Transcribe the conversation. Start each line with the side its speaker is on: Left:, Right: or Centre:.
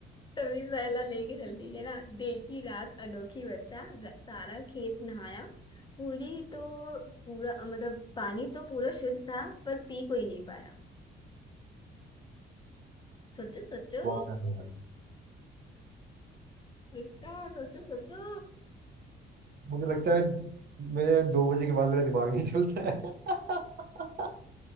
Left: तभी सहला लेके चलती है ना देखी रात अनोखी वर्षा र- सारा खेत नहाया पूरी तो पूरा मतलब पानी तो पूरा शुद्ध था पर पी कोई नहीं पाया सोचो सोचो
Right: वाह यार, वाह।
Left: बेटा सोचो सोचो
Right: मुझे लगता है मैं दो बजे के बाद मेरा दिमाग नहीं चलता है <laughs>